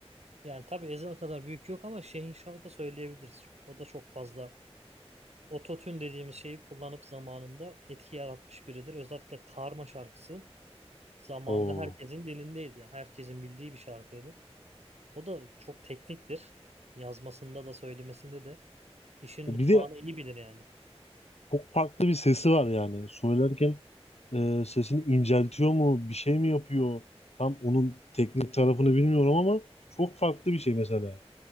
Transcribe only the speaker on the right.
Yani tabii Ezhel kadar büyük yok ama Şehin Şah'ı da söyleyebiliriz. O da çok fazla ototune dediğimiz şeyi kullanıp zamanında etki yaratmış biridir. Özellikle Karma şarkısı zamanında
herkesin dilindeydi. Yani Herkesin bildiği bir şarkıydı. O da çok tekniktir. Yazmasında da söylemesinde de işin mutfağını
iyi bilir yani.